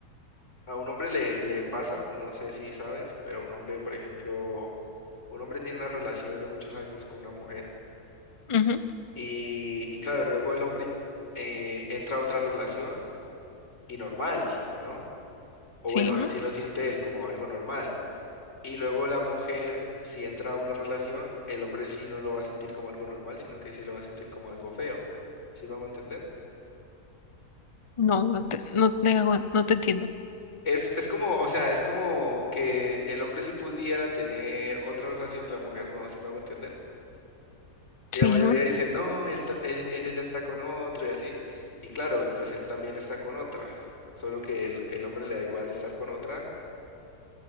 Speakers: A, on the left; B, on the left.
A: a un hombre le, le pasa, no sé si sabes, pero a un hombre, por ejemplo, un hombre tiene una relación de muchos años con una mujer
B: Ujú,
A: y, y claro, luego el hombre eh, entra a otra relación y normal, ¿no? O
B: sí.
A: bueno, así lo siente él como algo normal. Y luego la mujer, si entra a una relación, el hombre sí no lo va a sentir como algo normal, sino que sí lo va a sentir como algo feo. ¿Sí me hago entender?
B: No, no te, no te hago- no te entiendo.
A: Es, es como, o sea, es como que el hombre sí pudiera tener otra relación y la mujer no, ¿sí me hago entender? Y
B: Sí,
A: la mayoría dicen, no, él ta- e- ella ya está con otro y así. Y claro, y pues él también está con otra. Solo que el, el hombre le da igual estar con otra.